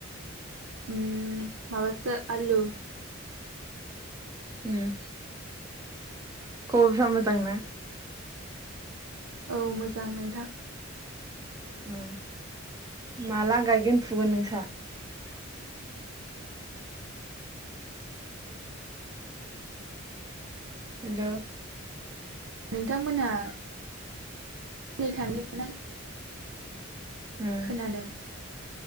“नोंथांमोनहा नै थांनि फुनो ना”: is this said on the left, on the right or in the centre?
Right